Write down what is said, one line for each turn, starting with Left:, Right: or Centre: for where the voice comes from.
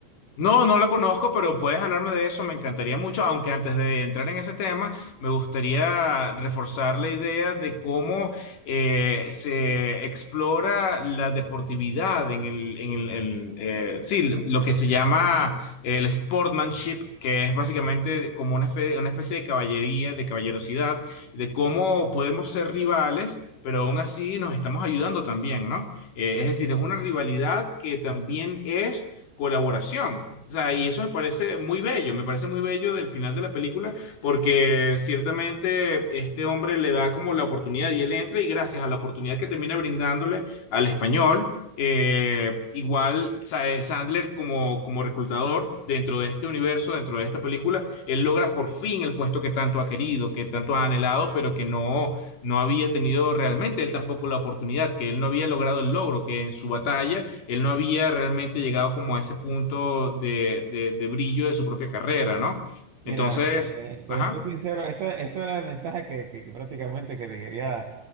Left: No, no la conozco, pero puedes hablarme de eso, me encantaría mucho, aunque antes de entrar en ese tema, me gustaría reforzar la idea de cómo eh, se explora la deportividad en el, en el, el, eh, sí, lo que se llama el sportsmanship, que es básicamente como una, fe- una especie de caballería, de caballerosidad, de cómo podemos ser rivales. Pero aún así nos estamos ayudando también, ¿no? Eh, es decir, es una rivalidad que también es colaboración. O sea, y eso me parece muy bello, me parece muy bello del final de la película, porque ciertamente este hombre le da como la oportunidad y él entra y gracias a la oportunidad que termina brindándole al español, eh, igual Sa- Sandler como, como reclutador dentro de este universo, dentro de esta película, él logra por fin el puesto que tanto ha querido, que tanto ha anhelado, pero que no, no había tenido realmente él tampoco la oportunidad, que él no había logrado el logro, que en su batalla él no había realmente llegado como a ese punto de, de- de brillo de su propia carrera, ¿no? Entonces,
Right: Mira, este, te
Left: ajá,
Right: soy sincero, eso, eso era el mensaje que, que- que prácticamente que te quería,